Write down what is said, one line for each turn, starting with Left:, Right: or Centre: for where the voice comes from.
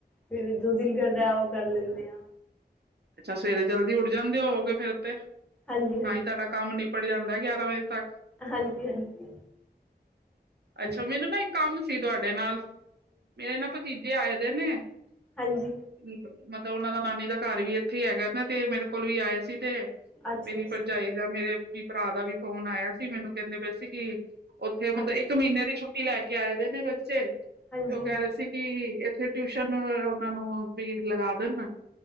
Centre: ਫਿਰ ਜੋ ਦਿਲ ਕਰਦਾ ਓ ਕਰ ਲੈਂਦੇ ਆਂ।
Right: ਅੱਛਾ ਸਵੇਰੇ ਜਲਦੀ ਉੱਠ ਜਾਂਦੇ ਹੋੳਗੇ? ਤਾਂ
Centre: ਹਾਂਜੀ ਹਾਂਜੀ
Right: ਹੀ ਤਾਡਾ ਕੰਮ ਨਿਪਟ ਜਾਂਦਾ। ਗਿਆਰਾਂ ਵਜੇ ਤੱਕ।
Centre: ਹਾਂਜੀ ਹਾਂਜੀ, ਹਾਂ
Right: ਅੱਛਾ ਮੈਨੂੰ ਨਾ ਇੱਕ ਕੰਮ ਸੀ ਤੁਆਡੇ ਨਾਲ। ਮੇਰੇ ਨਾ ਭਤੀਜੇ ਆਏ ਦੇ ਨੇ ਕੀ
Centre: ਹਾਂਜੀ
Right: ਮਤ ਓਨਾਂ ਦਾ ਨਾਨੀ ਦਾ ਘਰ ਵੀ ਏਥੇ ਹੀ ਹੈਗਾ ਨਾ ਤੇ ਮੇਰੇ ਕੋਲ ਵੀ ਆਏ ਸੀ ਤੇ
Centre: ਅੱਛਾ
Right: ਮੇਰੀ
Centre: ਅੱਛਾ
Right: ਪਰਜਾਈ ਦਾ ਮੇਰੇ ਭਰਾ ਦਾ ਵੀ ਫੋਨ ਆਇਆ ਸੀ ਮੈਨੂੰ ਕਹਿੰਦੇ ਪਏ ਸੀ ਕਿ ਉੱਥੇ ਮਤਲਬ
Centre: ਅੱਛਾ
Right: ਇੱਕ ਮਹੀਨੇ ਦੀ ਛੂੱਟ ਕੀ ਲੈ ਕੇ ਆਏ ਦੇ ਨੇ ਬੱਚੇ
Centre: ਹਾਂਜੀ
Right: ਉਹ ਕਹਿ
Centre: ਹਾਂਜੀ
Right: ਰਹੇ ਸੀ ਕਿ ਇੱਥੇ ਟਿਊਸ਼ਨ ਉਹਨਾਂ ਨੂੰ ਪੇਡ ਲਗਾ ਦੇਣ